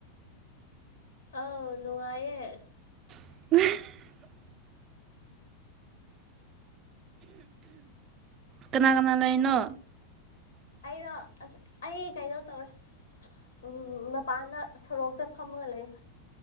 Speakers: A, on the left; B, on the right.
A: ꯑꯥꯎ ꯅꯨꯡꯉꯥꯏꯌꯦ꯫
B: <unintelligible> ꯀꯅꯥ ꯀꯅꯥ ꯂꯩꯅꯣ꯫
A: ꯑꯩꯔꯣ ꯑꯁ ꯑꯩ ꯀꯩꯅꯤ ꯇꯧꯋꯦ꯫ ꯎꯝ ꯃꯄꯥꯟꯗ ꯁꯣꯔꯣꯛꯇ ꯐꯝꯃꯒ ꯂꯩꯌꯦ꯫